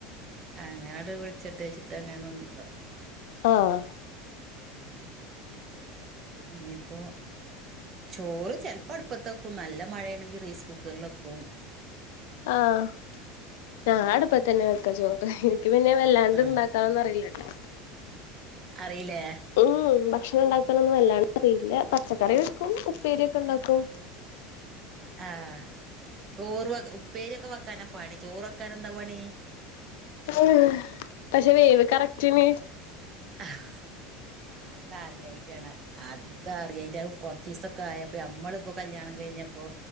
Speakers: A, on the right; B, on the left.
A: അങ്ങനെട് വ്ള്ച്ചട്ടെച്ചിട്ട് അങ്ങനെ ന്ന്ന്നു.
B: ആഹ്.
A: ഞിപ്പോ ചോറ് ചെൽപ്പോ അടുപ്പത്ത്ക്കും നല്ല മഴേണെങ്കി റൈസ് കുക്കറിലെക്കും.
B: ആഹ് ഞാ അട്പ്പതന്നെ വെക്ക ചോറ് ഹ്. ക്ക് പിന്നെ വല്ലാണ്ട്
A: ആ
B: ണ്ടാക്കാനൊന്നു അറീല്ലട്ടോ.
A: അറീല്ലേ?
B: ഉം ഭക്ഷണണ്ടാക്കാനൊന്നും വല്ലാണ്ടറിയില്ല പച്ചക്കറി വെക്കും ഉപ്പേര്യൊക്കണ്ടാക്കും. <inaudible>
A: ആഹ് ചോറ് വ ഉപ്പേര്യൊക്കെ വെക്കാനാ പണി ചോറ് വെക്കാനന്താ പണീ.
B: അ് പക്ഷെ വേവ് കറക്റ്റ്ന്.
A: അ്ഹ് അതറിയായിറ്റാണ് അത് അറിയായിറ്റ് കൊർച്ചീസൊക്കാ യ പ്പ ഞമ്മള്പ്പൊ കല്യാണം കയിഞ്ഞപ്പോ